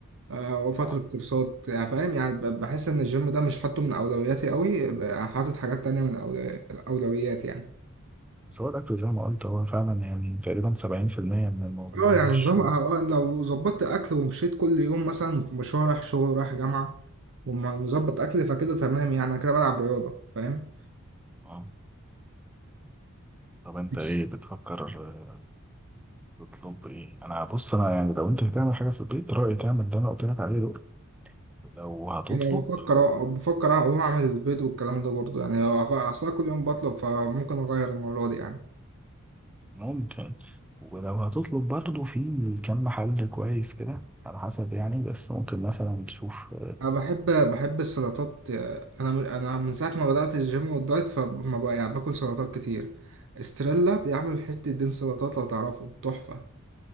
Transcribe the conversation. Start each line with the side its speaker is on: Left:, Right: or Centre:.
Right: آه، وفترة
Centre: اه
Right: كورسات يعني فاهم يعني ب- بحس ان الجيم ده مش حاطه من اولوياتي قوي ب- حاطط حاجات تانية من أولو- الاولويات يعني
Centre: بس هو الأكل زي ما قلت هو فعلا يعني تقريبا سبعين في المية من الموضوع
Right: اه يعني
Centre: مش
Right: نظام آه، آه، لو ظبطت اكل ومشيت كل يوم مثلا في مشوار رايح شغل رايح جامعه ومظبط اكل فكده تمام يعني أنا كده بلعب رياضه فاهم
Centre: اه طب انت
Right: بس
Centre: ايه بتفكر آه، تطلب ايه انا بص انا يعني لو انت هتعمل حاجة في البيت رأيي تعمل اللي انا قلت لك عليه دول لو هتطلب
Right: يعني انا بفكر آه، بفكر اقوم اعمل البيض والكلام ده برضه يعني لو أغ- اصلا كل يوم بطلب فممكن اغير المره دي يعني
Centre: ممكن ولو هتطلب برضه في كم محل كويس كده على حسب يعني بس ممكن مثلا تشوف
Right: انا بحب بحب السلطات آه، انا من- انا من ساعه ما بدات الجيم والدايت فما بقى يعني باكل سلطات كتير استريلا بيعمل حته دين سلطات لو تعرفه تحفه